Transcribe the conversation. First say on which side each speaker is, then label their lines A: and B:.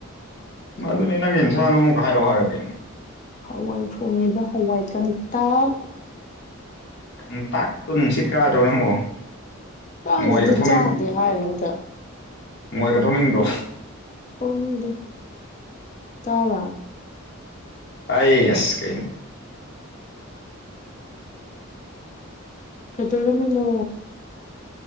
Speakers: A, on the left; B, on the left.
A: ꯑꯗꯨꯅꯦ ꯅꯪ ꯏꯟꯁꯥꯡꯗꯣ ꯑꯃꯨꯛ ꯍꯥꯏꯔꯛꯑꯣ ꯍꯥꯏꯔ ꯀꯩꯅꯣ
B: ꯍꯋꯥꯏ ꯊꯣꯡꯉꯤꯗ ꯍꯋꯥꯏ ꯀꯪꯇꯥꯛ
A: ꯀꯟꯇꯥꯛꯇꯨ ꯅꯨꯡꯁꯤꯠ ꯀꯥꯗ꯭ꯔꯣ ꯅꯪꯕꯣ
B: ꯀꯥꯗꯦꯗ
A: ꯃꯣꯏꯒ ꯊꯣꯛꯅꯤꯡ
B: ꯆꯥꯗꯦ ꯍꯥꯏꯔ ꯃꯇꯥ
A: ꯃꯣꯏꯒ ꯊꯣꯛꯅꯤꯡꯗ꯭ꯔꯣ
B: ꯊꯣꯛꯅꯤꯡꯗꯦ <unintelligible>
A: ꯇꯥꯏ ꯑꯁ ꯀꯩꯩꯅꯣ
B: ꯀꯩꯗꯧꯔꯝꯃꯤꯅꯣ